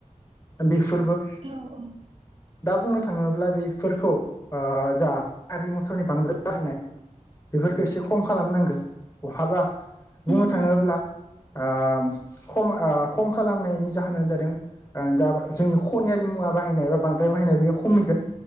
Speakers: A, on the left; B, on the right.
A: बेफोरबो
B: औ औ
A: दा बुंनो थाङोब्ला बेफोरखौ ओ जा गारि मथरनि बांद्राय बाहायनाय बेफोरखौ एसे खम खालामनांगोन बहाबा
B: उम
A: बुंनो थाङोब्ला ओ खम खम खालामनायनि जाहोनानो जादों ओ दा जोंनि खनियारि मुवा बाहायनाय बा बांद्राय बाहायनाय बेयो खमिगोन।